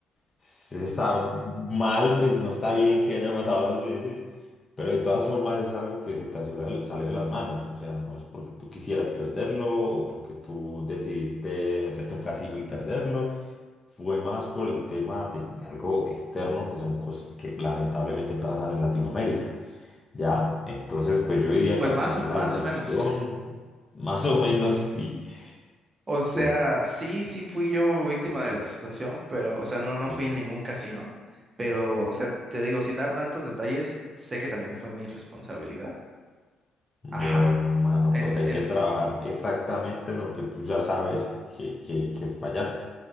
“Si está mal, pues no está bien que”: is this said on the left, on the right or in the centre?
Left